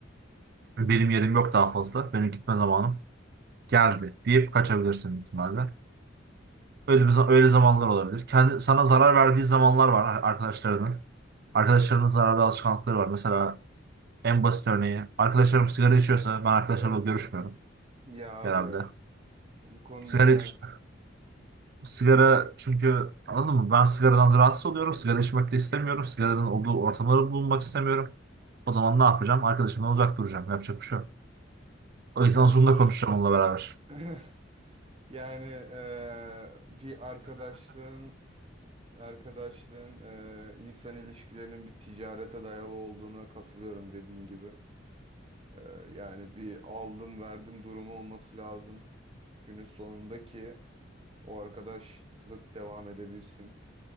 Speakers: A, on the right; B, on the right.
A: benim yerim yok daha fazla. Benim gitme zamanım geldi deyip kaçabilirsin büyük ihtimalle. Öyle, bir, za- öyle zamanlar olabilir. Kendi, sana zarar verdiği zamanlar var ha- arkadaşlarının. Arkadaşlarının zararlı alışkanlıkları var. Mesela en basit örneği arkadaşlarım sigara içiyorsa ben arkadaşlarımla
B: Ah,
A: görüşmüyorum
B: ya abi
A: genelde.
B: ya. Bu konuda
A: Sigara
B: yani
A: iç- sigara çünkü anladın mı? Ben sigaradan rahatsız oluyorum. Sigara içmek de istemiyorum. Sigaranın olduğu ortamları bulunmak istemiyorum. O zaman ne yapacağım? Arkadaşımdan uzak duracağım. Yapacak bir şey yok. O yüzden
B: yani
A: Zoom'da
B: ş-
A: konuşacağım onunla beraber.
B: <laughs> yani e, bir arkadaşlığın arkadaşlığın e, insan ilişkilerinin bir ticarete dayalı olduğuna katılıyorum dediğin gibi. E, yani bir aldım verdim durumu olması lazım. Günün sonunda ki o arkadaşlık devam edebilsin.